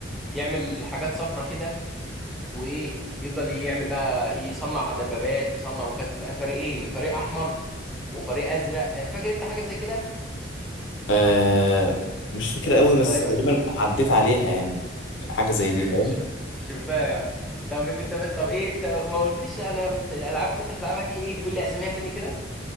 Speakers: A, in the centre; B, on the left.
A: يعمل حاجات صفرة كده وايه يفضل يعمل بقى يصنع دبابات يصنع وكانت تبقى فريقين فريق احمر وفريق ازرق آه، فاكر انت حاجه زي كده
B: آه مش فاكر قوي
A: لا
B: بس
A: يبقى
B: تقريبا عديت عليها يعني حاجة زي دي فاهم
A: انت ش- شفتها يعني طب انت بس طب ايه انت ما قلتليش انا انت الالعاب اللي انت بتلعبها دي ايه تقول لي اساميها تاني كده